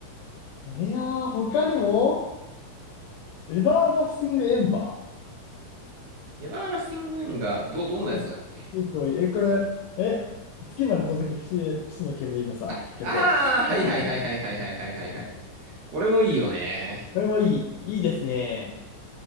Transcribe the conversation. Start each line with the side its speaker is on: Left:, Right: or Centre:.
Left: いやー、他にも、エバーダスティングエンバ
Right: ネバーラスティングインが、ど、どんなやつだっけ
Left: ー。うん。結構いい。え、これ、え、月まで届け、不死、不の煙のさ、
Right: あ、
Left: 曲。
Right: あーはいはいはいはいはいはいはいはいはい。
Left: よかったな。うん。
Right: これもいいよね。
Left: これもいい。いいですね。